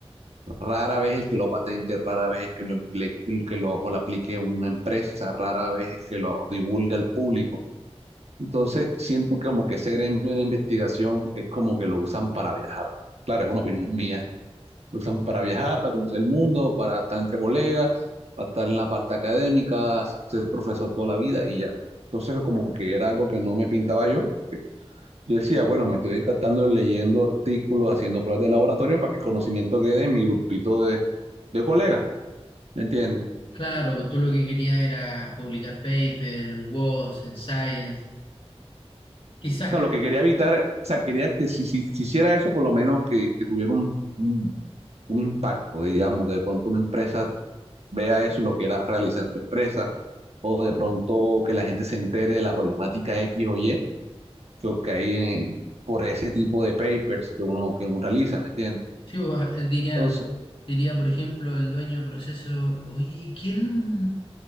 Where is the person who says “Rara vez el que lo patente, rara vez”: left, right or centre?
Right